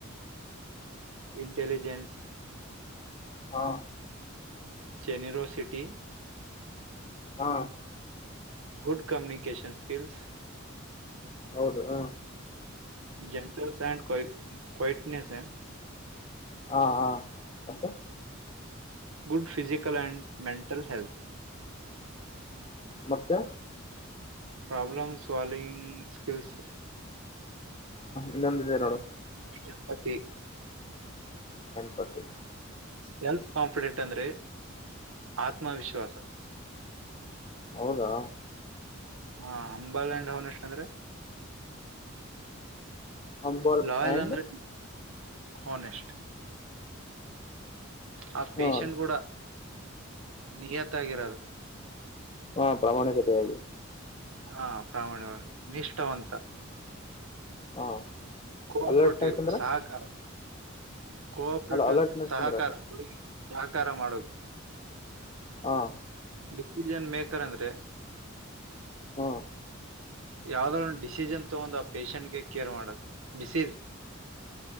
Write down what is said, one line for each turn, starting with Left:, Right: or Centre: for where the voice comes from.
Right: ಇಂಟಲಿಜೆನ್ಸ್
Left: ಹಾ
Right: ಜೆನಿರೋ ಸಿಟಿ
Left: ಹಾ
Right: ಗುಡ್ ಕಮ್ಯುನಿಕೇಶನ್ ಸ್ಕಿಲ್ಸ್
Left: ಹೌದು ಹ
Right: ಜೆಂಟಲ್ಸ ಅಂಡ್ ಕ್ವಾ ಕ್ವೈಟ್ ನೆಸ್ ಅ
Left: ಹಾ ಹಾ ಮತ್ತೆ
Right: good physical and mental health
Left: ಮತ್ತೇ
Right: ಪ್ರಾಬ್ಲಮ ಸ್ಲಾವಿಂಗ ಸ್ಕಿಲ್ಸ್
Left: ಇನೊಂದ್ ಇದೆ ನೋಡು
Right: ಎಂಪತಿ
Left: ಬಂತೂ
Right: ಸೆಲ್ಫ್ ಕಾನ್ಫಿಡೆಂಟ್ ಅಂದ್ರೆ ಆತ್ಮವಿಶ್ವಾಸ
Left: ಹೌದಾ
Right: ಹಾ ಹಂಬಲ್ ಅಂಡ್ ಹಾನೆಸ್ಟ್ ಅಂದ್ರೆ
Left: ಹಂಬಾಲ್
Right: ಲಾಯಲ್
Left: ಆ್ಯಂಡ್
Right: ಅಂದ್ರೆ ಹೋನೆಸ್ಟ್ ಆ ಪೇಷಂಟ್
Left: ಹಾಂ
Right: ಗೂಡ ನಿಯತಾಗಿರೋದು
Left: ಹಾ ಪ್ರಾಮಾಣಿಕತೆ ಅದು
Right: ಹಾ ಪ್ರಾಮಾಣವಾಗಿ ನಿಷ್ಠಾವಂತ
Left: ಹಾಂ
Right: ಕೊ ಆಪರೇಟಿವ್
Left: ಅಲರ್ಟ್ನೆಸ್ ಅಂದ್ರೆ
Right: ಸಹಕಾರ ಕೋ ಆಪ್ರೇಟಿವ್
Left: ಅಲ್ಲ ಅಲರ್ಟ್ನೆಸ್
Right: ಅಂದ್ರೆ ಸಹಕಾರ
Left: ಅಂದ್ರ
Right: ಹುಡುಗೀ ಸಹಕಾರ ಮಾಡೋದು
Left: ಹಾ
Right: ಡಿಸಿಷನ್ ಮೇಕರ್ ಅಂದ್ರೆ
Left: ಹ
Right: ಯಾವುದಾದರೂ ಡಿಸೀಜ್ ಅನ್ನು ತೊಗೊಂಡ್ ಆ ಪೇಶಂಟ್ಗೆ ಕೇರ್ ಮಾಡದು ಡಿಸೀಜ್